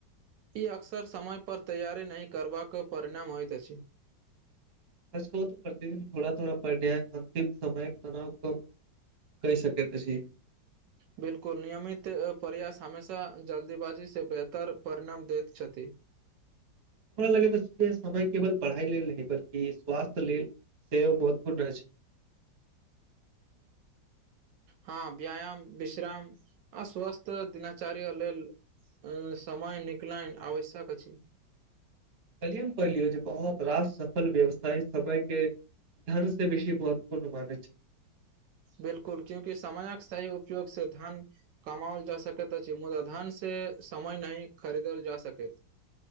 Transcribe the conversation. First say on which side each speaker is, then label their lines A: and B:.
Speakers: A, on the right; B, on the right.
A: ई अक्सर समयपर तैयारी नहि करबाक परिणाम होइत अछि
B: सच कहू त प्रतिदिन थोड़ा थोड़ा पढ़नियाय अन्तिम समय तनाव कम कहि सकैत अछि
A: बिल्कुल नियमित प्रयास हमेशा जल्दीबाजी से बेहतर परिणाम दैत छथि
B: हमरा लगैत अछि के समय केवल पढ़ाई लेल नहि बल्कि स्वास्थ्य लेल सेहो महत्वपूर्ण अछि
A: हँ व्यायाम विश्राम अ स्वस्थ दिनचार्य लेल समय निकलइ आवश्यक अछि
B: कल्हि हम पढ़लियौ बहुत रास सफल व्यवसायी समय के धन से बेसी महत्वपूर्ण मानै छै
A: बिलकुल क्यूकि समयक सही उपयोग से धन कमाओल जा सकैत अछि मुदा धन से समय नहीं खरीदल जा सकैत